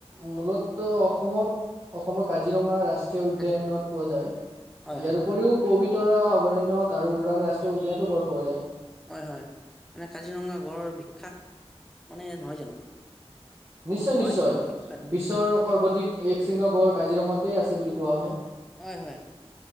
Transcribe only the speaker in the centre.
কাজিৰঙা
হয় হয়
হয়-হয়, মানে কাজিৰঙা গড়ৰ বিখ্যাত মানে নহয় জানো।
হয় ন বিখ্যাত বিখ্যাত
হয় হয়,